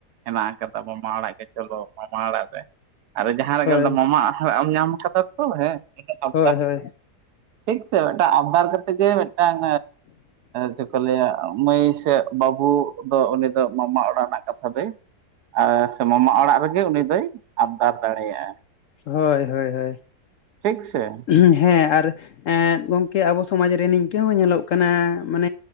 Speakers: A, on the right; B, on the left.
A: ᱦᱮᱱᱟᱜ ᱟᱠᱟᱫᱟ ᱢᱟᱢᱟ ᱟᱲᱟᱜ ᱜᱮ ᱪᱚᱞᱚ ᱢᱟᱢᱟ ᱚᱲᱟᱜ ᱨᱮ ᱟᱨ ᱡᱟᱦᱟᱸ ᱨᱮᱜᱮ
B: ᱦᱳᱭ
A: ᱢᱮᱱᱫᱚ ᱢᱟᱢᱟ ᱮᱢ ᱧᱟᱢ ᱟᱠᱟᱫᱟ ᱛᱚ ᱦᱮᱸ ᱟᱨ
B: ᱦᱳᱭ ᱦᱳᱭ
A: ᱴᱷᱤᱠ ᱥᱮ ᱢᱤᱫᱴᱟᱝ ᱟᱵᱫᱟᱨ ᱠᱟᱛᱮ ᱜᱮ ᱢᱤᱫᱴᱟᱝ ᱪᱮᱫ ᱠᱚ ᱞᱟᱹᱭᱟ ᱢᱟᱹᱭ ᱥᱮ ᱵᱟᱹᱵᱩ ᱫᱚ ᱩᱱᱤ ᱫᱚ ᱢᱟᱢᱟ ᱚᱲᱟᱜ ᱨᱮᱱᱟᱜ ᱠᱟᱛᱷᱟ ᱫᱚᱭ ᱟ ᱥᱮ ᱢᱟᱢᱟ ᱚᱲᱟᱜ ᱨᱮᱜᱮ ᱩᱱᱤ ᱫᱚᱭ ᱟᱵᱽᱫᱟᱨ ᱫᱟᱲᱮᱭᱟᱜᱼᱟ᱾
B: ᱦᱳᱭ ᱦᱳᱭ ᱦᱳᱭ
A: ᱴᱷᱤᱠ ᱥᱮ
B: ᱦᱩᱸ ᱦᱮᱸ ᱟᱨ ᱦᱮᱸ ᱜᱚᱝᱠᱮ ᱟᱵᱚ ᱥᱚᱢᱟᱡᱽ ᱨᱮ ᱱᱤᱝᱠᱟᱹ ᱦᱚᱸ ᱧᱮᱞᱚᱜ ᱠᱟᱱ